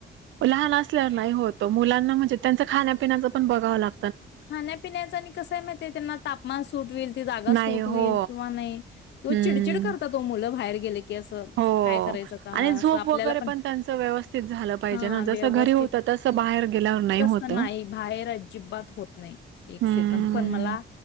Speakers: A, on the right; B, on the left.
A: लहान असल्या नाही होत. मुलांना म्हणजे त्यांच खाण्यापिण्याच पण बघ. कला.
B: खाण्यापिण्याचं आणि कसंय माहि त्यांना तापमान सुट होईल त जागा
A: नाही
B: सुट
A: हो
B: होईल किंवा नाही किंवा
A: हम्म
B: चिडचिड करतात तो मुलं बाहेर. गेले की असं
A: हो
B: काय करायचं आता
A: आणि झोप
B: असं आपल्याला
A: वगैरे पण त्यांच व्यवस्थित झालं पाहिजे
B: हा
A: ना जसं
B: व्यवस्थित
A: घरी होत तसं बाहेर गेल्यावर नाही
B: तसं
A: होत.
B: नाही बाहेर अजिबात होत नाही एक
A: हम्म
B: सेक पण मला